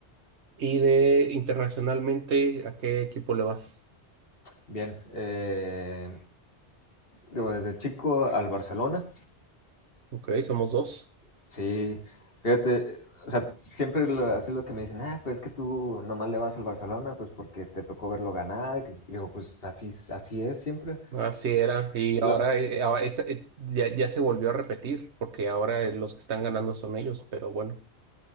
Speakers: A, on the right; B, on the left.
A: Y de internacionalmente, ¿a qué equipo le vas?
B: Bien, eh, digo, desde chico al Barcelona,
A: Ok, somos dos.
B: Sí, fíjate, o sea, siempre lo- así lo que me dicen, ah, pues es que tú nomás le vas al Barcelona, pues porque te tocó verlo ganar, que es- digo, pues así, es- así es siempre.
A: Así era, y
B: Lo-
A: ahora, eh, ahora esa- eh, ya, ya se volvió a repetir, porque ahora eh, los que están ganando son ellos, pero bueno,